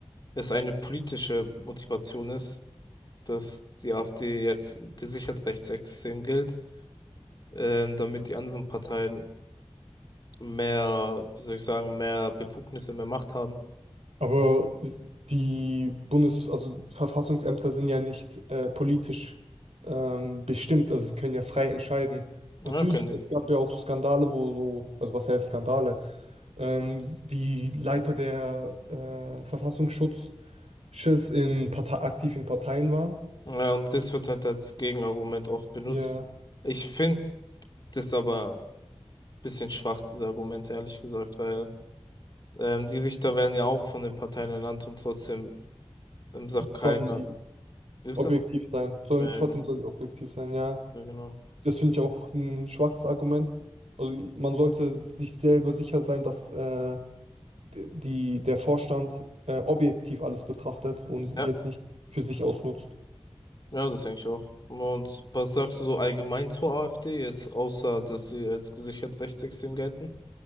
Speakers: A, on the left; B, on the right.
A: es eine politische Motivation ist, dass die AfD jetzt gesichert rechtsextrem gilt, ähm, damit die anderen Parteien mehr, wie soll ich sagen, mehr Befugnisse, mehr Macht haben.
B: Aber die Bundes-, also Verfassungsämter sind ja nicht äh, politisch ähm, bestimmt, also sie können ja frei entscheiden.
A: Ja,
B: Natürlich,
A: können die.
B: es gab ja auch Skandale, wo so, also was heißt Skandale? Ähm, die Leiter der äh, Verfassungsschutzes in Partei aktiv in Parteien waren.
A: Ja, und das wird halt als Gegenargument oft benutzt.
B: Ja,
A: Ich finde das aber ein bisschen schwach, diese Argumente, ehrlich gesagt, weil ähm, die Richter werden ja auch von den Parteien ernannt und trotzdem ähm, sagt
B: es
A: keiner.
B: sollen die
A: Wie Bitte?
B: objektiv sein. Sollen,
A: Ja,
B: trotzdem
A: genau.
B: sollen die objektiv sein, ja.
A: Ja, genau.
B: Das finde ich auch ein schwaches Argument. Also man sollte sich selber sicher sein, dass äh, die der Vorstand äh, objektiv alles betrachtet und
A: Ja,
B: jetzt nicht für sich ausnutzt.
A: ja, das denke ich auch. Und was sagst du so allgemein zur AfD jetzt, außer dass sie als gesichert rechtsextrem gelten,